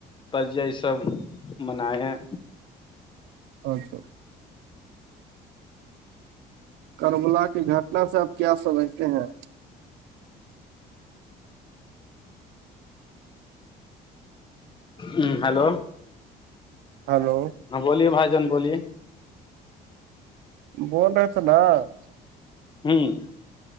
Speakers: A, on the left; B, on the right.
A: تریہ یہ سب منائے ہیں
B: اچھا کربلا کی گھٹنا سے آپ کیا سمجھتے ہیں
A: ہ ہلو <unintelligible>
B: ہلو
A: ہاں بولیے بائی جان بولیے
B: بول رہلا <unintelligible>
A: ہوں